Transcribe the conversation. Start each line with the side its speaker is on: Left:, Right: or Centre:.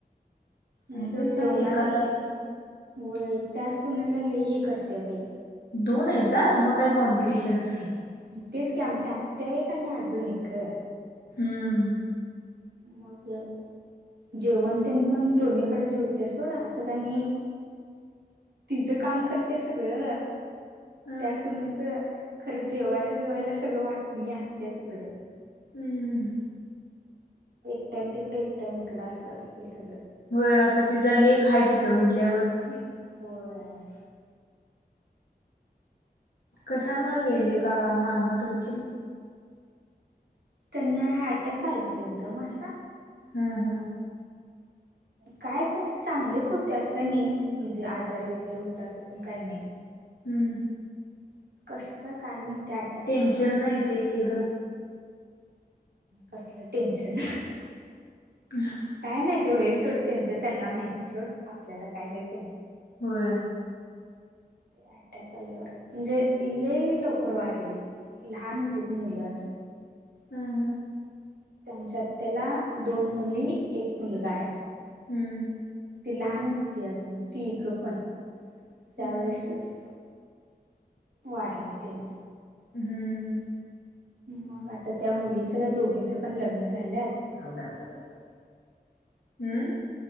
Right: नाही
Left: नाहीतरी
Right: सोड
Left: काय
Right: जेवणाच,
Left: एकाला एक
Right: वय त्या सुनेला लई हे करत्या बई
Left: दोन आयता मग काय कॉम्पिटिशनच की
Right: हू तेच की आमच्या आत्त्या एक आणि अजून एक ग
Left: हम्म.
Right: मग जेवण तेन पण दोन्हीकड जेवत्या सोड असं काणी तिज काम करत्या सगळं
Left: अ
Right: त्या सूनच खरं जेवायला बिवायला सगळ वाटणी असत्याच इकडं
Left: हम्म.
Right: एक टाइम तिकड, एक टाइम इकड अस असतय सगळं
Left: होय आता तिजा लेक हाय तिथं म्हणल्यावर
Right: उहू होय.
Left: कशामुळे
Right: अशा
Left: गेले का मामा तुमचे?
Right: त्यांना ॲटॅक आला ग एकदम असा
Left: हम् हम.
Right: कायच असं चांगलेच होते असं का नाही. म्हणजे आजारी वगैरे होत असं पण काही नाही.
Left: हम्म.
Right: कसं काय काय मी त्या
Left: टेन्शन नाही येते एक एकदम
Right: कसलं टेशन?
Left: हम्.
Right: काय माहिती होई सोड त्यांचं त्यांना माहिती सोड आपल्याला काय होय की नाही.
Left: होय.
Right: त्या अट्याक आल्यावर म्हणजे लेई लवकर वारली लहान होती त मुलं अजून
Left: हम हम.
Right: त्यांच्यात त्याला दोन मुली एक मुलगा आहे.
Left: हम्म.
Right: ती लहान उठती अजून ती इगं पण त्यावेेळेसच
Left: हम्म.
Right: वारले तनी
Left: हम्म.
Right: मग आता त्या मुलींच का दोघींच पण लग्न झालंत.
Left: होनला हम्.